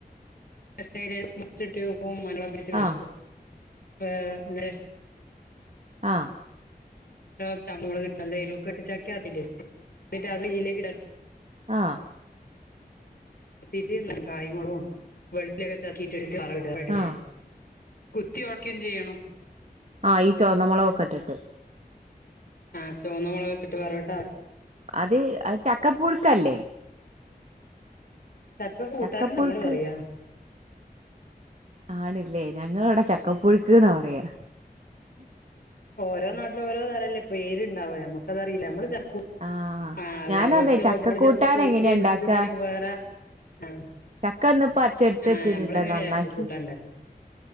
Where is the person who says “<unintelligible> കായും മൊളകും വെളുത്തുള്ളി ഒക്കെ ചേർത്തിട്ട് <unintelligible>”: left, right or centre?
Left